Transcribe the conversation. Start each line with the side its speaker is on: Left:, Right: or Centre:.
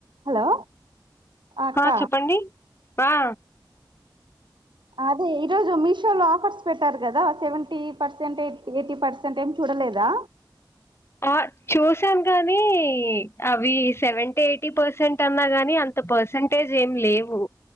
Right: Hello అక్క
Left: ఆ చెప్పండి ఆ
Right: అదే ఈరోజు మీషో లో ఆఫర్స్ పెట్టారు కదా, seventy percent eight eighty percent ఏం చూ చూడ్ లేదా
Left: ఆ చూసాను గానీ అవి సెవెన్టీ ఎయిటీ పర్సెంట్ అన్నా కానీ అంత్ అంత పర్సంటేజ్ ఏం లేవు